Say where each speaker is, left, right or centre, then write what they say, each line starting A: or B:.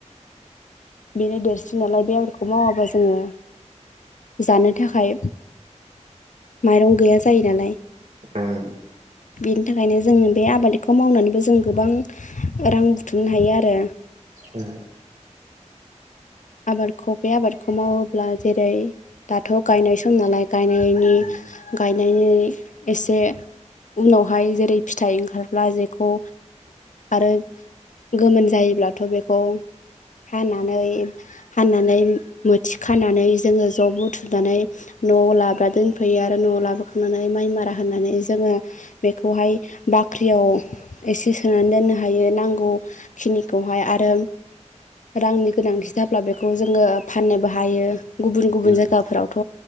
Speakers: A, on the left; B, on the right.
A: बेनो देरसिन नालाय बे आबादखौ मावाबा जोङो जानो थाखाय माइरं गैया जायो नालाय
B: ओम
A: बेनि थाखायनो जोंङो बे आबादखौ मावनानैबो जों गोबां रां बुथुमनो हायो आरो
B: ओ
A: आबादखौ बे आबादखौ मावोब्ला जेरै दाथ' गायनाय सम नालाय गायनाय नि
B: ओं
A: गायनायनि एसे उनावहाय जेरै फिथाइ ओंखारब्ला जेखौ आरो गोमोन जायोब्लाथ' बेखौ हानानै हाननानै मोथि खानानै जोङो ज' बुथुनानै न'आव लाब्रा दोनफैयो आरो न'आव लाबोखांनानै माइ मारा होननानै जोङो बेखौहाय बाख्रियाव एसे सोनानै दोननो हायो नांगौ खिनिखौय आरो रांनि गोनांथि जा ब्ला बेखौ जोङो फाननोबो हायो गुबुन गुबुन
B: ओं
A: जायगाफोरावथ'